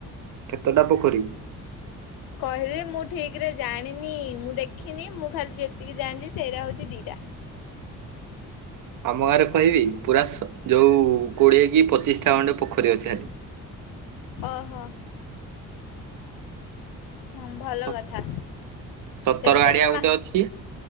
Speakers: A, on the right (about 65°); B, on the left (about 80°).
A: କେତେଟା ପୋଖରୀ?
B: କହିଲେ ମୁଁ ଠିକ୍ ରେ ଜାଣିନି ମୁଁ ଦେଖିନି ମୁଁ ଖାଲି ଯେତିକି ଜାଣିଛି ସେଇଟା ହଉଚି ଦିଟା।
A: ଆମ ଗାଁରେ କହିବି ପୁରା ଯୋଉ କୋଡିଏ କି ପଚିଶଟା ଖଣ୍ଡେ ପୋଖରୀ ଅଛି।
B: ଅହ। ହଁ ଭଲ
A: ସ
B: କଥା
A: ସତର
B: ଏଠି
A: ଗାଡିଆ
B: ତମେ
A: ଗୋଟେ
B: ମା
A: ଅଛି।